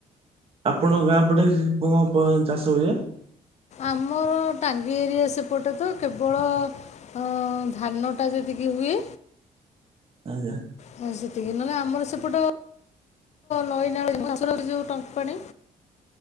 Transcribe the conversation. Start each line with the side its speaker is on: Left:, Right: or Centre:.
Right: ଆପଣଙ୍କ ଗାଁ ପଟେ କଂ କଂ ଚାଷ ହୁଏ?
Left: ଆମର ଟାଙ୍ଗି ଏରିଆ ସେପଟେ ତ କେବଳ ଅ ଧାନଟା ଯେତିକି ହୁଏ।
Right: ଆଜ୍ଞା।
Left: ହଁ ସେତିକି ନହେଲେ ଆମର ସେପଟ ନଈ, ନାଳ <unintelligible> ଯୁ ଟଙ୍କ ପାଣି